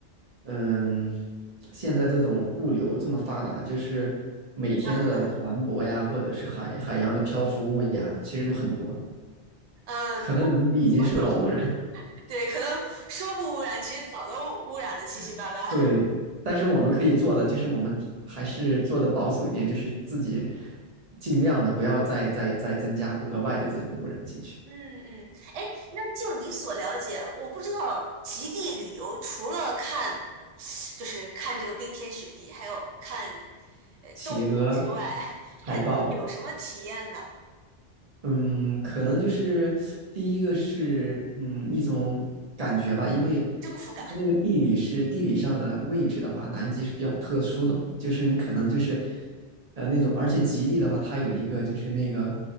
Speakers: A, on the right (about 40°); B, on the right (about 60°).
A: 嗯，现在这种物流这么发达，就是每天的船舶呀，
B: 嗯 <laughs>
A: 或者是海海洋的漂浮物呀，其实都很多，
B: 嗯，
A: 可能南极已经受到污染。
B: 我我懂。<laughs> 对，可能说不污染，其实早都污染的七七八八。
A: <laughs> 对，但是我们可以做的就是，我们还是做的保守一点，就是自己尽量的不要再再再增加额外的这种污染进去，
B: <laughs> 嗯嗯，哎，那就你所了解，我不知道极地旅游除了看就是看这个冰天雪地，还有看呃动物之外，
A: 企鹅、
B: <laughs>
A: 海豹。
B: 还能有什么体验呢？
A: 嗯，可能就是第一个是嗯一种感觉吧，因为
B: 征服感。
A: 因为那个地理是地理上的位置的话，南极是比较特殊的嘛，就是你可能就是呃那种，而且极地的话，它有一个就是那个